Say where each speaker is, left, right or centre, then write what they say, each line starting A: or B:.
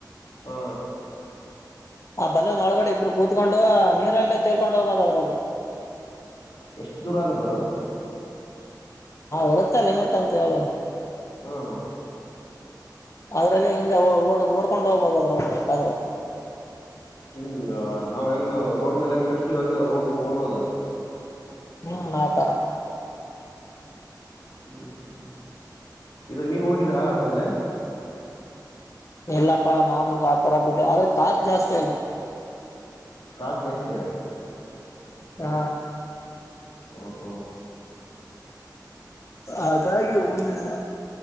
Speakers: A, on the left; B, on the left.
A: ಹ್ಮ
B: ಆ ಬಲೂನ್ ಒಳಗಡೆ ಇಬ್ರು ಕೂತ್ಕೊಂಡು ನೀರಲ್ಲೇ ತೇಲ್ಕೊಂಡು ಹೋಗಬಹುದು ಅದ್ರಲ್ಲಿ
A: ಎಷ್ಟು ದೂರ ಆದ್ರು
B: ಇರುತ್ತೆ ಲಿಮಿಟ್ ಅಂತ ಹೇಳಿ.
A: ಹ್ಮ್
B: ಅದ್ರಲ್ಲಿ ಹಿಂಗ ಓ ಓಡ್ಕೊಂಡ್ ಹೋಗ್ಬದು ಅದ್ರಂಗೆ ಆದ್ರ
A: ಹಿಂಗ ನಾವ್ ಹೆಂಗ ರೋಡ್ ಮೇಲೆ ಹೆಂಗ ನೆಡಿತೀವಿ ಹೆಂಗ ಓಡ್ ಓಡ್ಬೋದ.
B: ಹ್ಮ್ ಆತರ
A: ಹ್ಮ್ ಹ್ಮ್ ಇದು ನೀವು ಹೋಗಿದ್ರ ಅದ್ರಲ್ಲಿ
B: ಎಲ್ಲಪ್ಪಾ ನಮಗೆ ಆ ತರಬಿಡು ಆದ್ರೆ ಚಾರ್ಜ್ ಜಾಸ್ತಿ ಅಲ್ಲಿ
A: ಕಾಸ್ಟ್ ಜಾಸ್ತಿ.
B: ಹಾ
A: ಓಹೋ
B: ಹಾಗಾಗಿ ಹೋಗಿಲ್ಲ